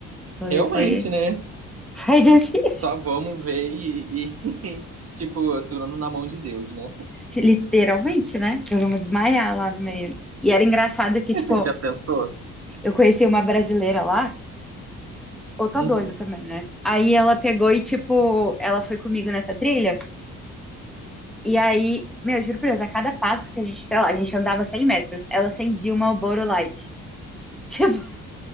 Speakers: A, in the centre; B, on the right.
A: foi,
B: Realmente,
A: foi,
B: né?
A: <laughs> foi difícil,
B: Só vamos ver e, e, <laughs> tipo, segurando na mão de Deus, né?
A: literalmente, né, eu vou desmaiar lá no meio. E era engraçado
B: <laughs>
A: que, tipo,
B: Já pensou?
A: Eu conheci uma brasileira lá, outra
B: Uhum.
A: doida também, né? Aí ela pegou e, tipo, ela foi comigo nessa trilha. E aí, meu, juro por Deus, a cada passo que a gente, sei lá, a gente andava 100 metros, ela acendia uma Marlboro Light. Tipo,